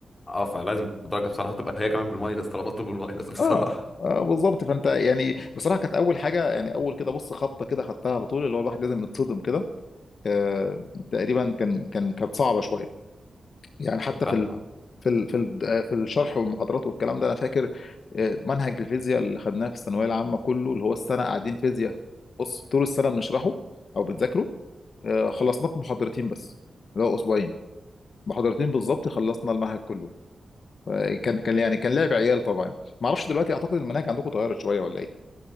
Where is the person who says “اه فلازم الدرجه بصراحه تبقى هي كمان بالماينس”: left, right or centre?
Left